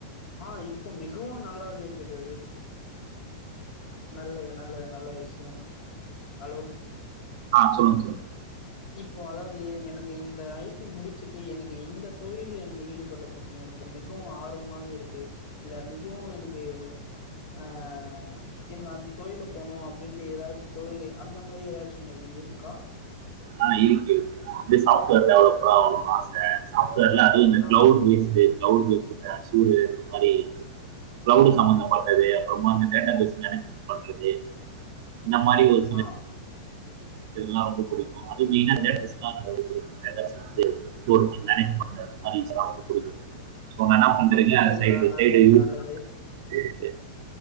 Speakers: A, on the left (about 60°); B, on the right (about 50°).
A: ஆ இப்போ மிகவும் நல்லா கேட்கிறது நல்லது நல்லது நல்ல விஷயம் ஹலோ
B: ஆ சொல்லுங்க சொல்லுங்க
A: இப்போ அதாவது எனக்கு இந்த ஐ டி முடிச்சுட்டு எனக்கு இந்த தொழில் எனக்கு ஈடுபடுறதுக்கு எனக்கு மிகவு ஆர்வமாக இருக்கு இல்ல மிகவு எனக்கு ஆ எனக்கு அந்த தொழில போனணு அப்படின்ட்டு ஏதாச்சும் தொழில அந்த மாதிரி ஏதாச்சும் உங்களுக்கு இருக்கா
B: ஆ இருக்கு நா வந்து சாஃப்ட்வேர் டெவலப்பரா ஆகனுன்னு ஆச சாஃப்ட்வேர்ல அது மாரி
A: ஆ
B: cloud based cloud based Azure அந்த மாறி கிளவ்டு சம்பந்த பட்டது அப்புறமா இந்த டேட்டா பேஸ் மேனேஜ்மென்ட் பண்றது இந்த மாரி ஒரு
A: ஆ
B: இதெல்லா ரொம்ப புடிக்கு அதுவு மைனா டேட்டா பேஸ்லா ரொம்ப புடிக்கு டேட்டா பேஸ் வந்து ஸ்டோர் பண்ணி மேனேஜ் பண்றது இந்த மாரி விஷயமெல்லா ரொம்ப புடிக்கு சோ என்ன பண்றீங்க
A: அப்படிங்களா
B: அது சைடு பெய்
A: நல்லது
B: சைடு யூஸ்
A: நல்லது.
B: சேரி சேரி